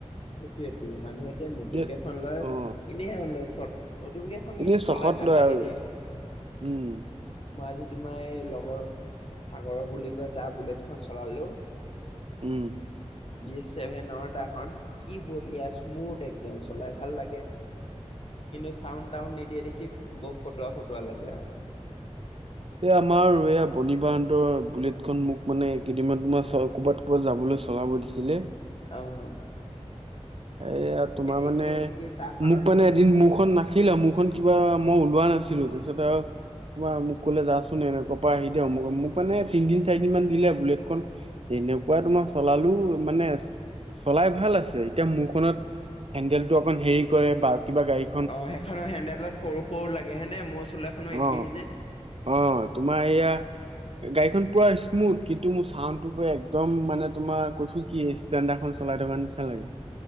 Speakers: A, on the left; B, on the right.
A: সেইটোয়েতটো মানুহ এতিয়া নতুন
B: যে
A: কেইখন লয়
B: অ
A: এনেই আৰু লয় চ নতুনকেই খন
B: এনেই
A: কিন্তু চলাই
B: চখত
A: ভাল
B: লয়
A: লাগে
B: আৰু
A: দেই
B: উম
A: মই আজি তোমাৰ এই লগৰ চাগৰ বুলি কয় তাৰ বুলেট খন চলালো।
B: উম।
A: বি এছ ছেভেন অডাখন কি বঢ়িয়া স্মুথ একদম চলাই ভাল লাগে। কিন্তু চাউড টাউড নিদিয়ে দেখি ব ফটোৱা ফটোৱা লাগে আৰু।
B: এই আমাৰ এইয়া বনি বাহতৰ বুলেটখন মোক মানে কেইদিনমান তোমাৰ চ ক'বাত যাবলৈ চলাব দিছিলে
A: আৰু
B: এয়া তোমাৰ
A: একেই
B: মানে
A: একেই তাখনৰ
B: মোক
A: নিচিনা
B: মানে এদিন
A: মোৰ
B: মোৰখন না না আছিলে মোৰখন কিবা মই ওলোৱা নাছিলোঁ তাৰপিছত আৰু তোমাৰ মোক ক'লে যাচোন এনেকুৱা পৰা আহি দিয়া আমোক আমোক মানে তিনদিন চাৰিদিন মান দিলে বুলেটখন। এনেকুৱাই তোমাৰ চলালো মানে চলাই ভাল আছে। এতিয়া মোৰখনত হেন্দেল টো অকণ হেৰি কৰে বা কিবা গাড়ী
A: অ সেইখনৰ হেন্দডেল ডাল সৰু সৰু লাগে হয়নে মোৰ চুলে খনো একেই
B: অ
A: যে
B: অ তোমাৰ এয়া গাড়ীখন পুৰা স্মুথ কিন্তু মোৰ চাউনটো পুৰা একদম মানে তোমাৰ কৈছোঁ কি- ইচটেণ্ডা খন চলাই থকা নিচনা লাগে।